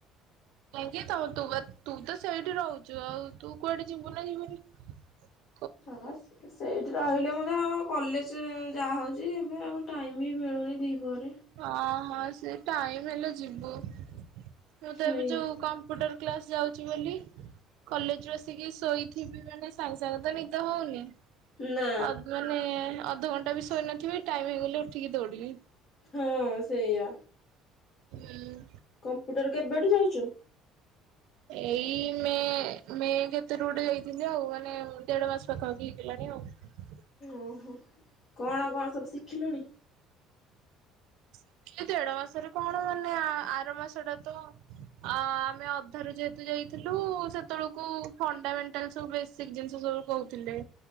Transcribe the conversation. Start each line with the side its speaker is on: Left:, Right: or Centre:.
Right: କାହିଁକି ତମ ତୁ ତ ସେଇଠି ରହଚୁ, ଆଉ ତୁ କୁଆଡେ ଯିବୁ ନା ଯିବୁନି? <inaudible>
Left: ହ ସେଠ ସେଇଠି ରହିଲେ ମଧ୍ୟ କଲେଜ ଯାହାହଉଛି ଯିବି ଆଉ ଟାଇମ୍ ହି ମିଳୁନି ଦିପହରେ।
Right: ଅଁ ହଁ ସେ ଟାଇମ ହେଲେ ଯିବୁ ମୁଁ ତ
Left: ସେଇଆ
Right: ଏବେ ଯୋଉ କମ୍ପୁଟର କ୍ଲାସ୍ ଯାଉଚି ବୋଲି କଲେଜରୁ ଆସିକି ଶୋଇଥିବି ମାନେ ସାଙ୍ଗେ ସାଙ୍ଗେ ତ ନିଦ ହଉନି।
Left: ନା
Right: ଅଧ ମାନେ ଅଧଘଣ୍ଟା ବି ଶୋଇନଥିବି, ଟାଇମ ହେଇଗଲେ ଉଠିକି ଦୌଡିବି।
Left: ହଁ ସେଇଆ
Right: ହୁଁ
Left: କମ୍ପ୍ୟୁଟର କେବେଠୁ ଯାଉଚୁ?
Right: ଏଇ ମେ ମେ କେତେ ରେ ଗୋଟେ ଯାଇଥିଲି, ଆଉ ମାନେ ଦେଢ ମାସ ପାଖା ପାଖି ହେଇଗଲାଣି। ଣି ଆଉ।
Left: ଓ ହୋ କଣ କଣ ସବୁ ଶିଖିଲୁଣି?
Right: ଶିଖିଲି ଦେଢ ମାସରେ କଣ ମାନେ ଆର ମାସ ଟା ତ ଆ ଆମେ ଅଧା ରୁ ଯେହେତୁ ଯାଇଥିଲୁ ସେତେବେଳକୁ ଫଣ୍ଡାମେଣ୍ଟାଲ ସବୁ ବେସିକ ଜିନିଷ ସବୁ ବୁ କହୁଥିଲେ।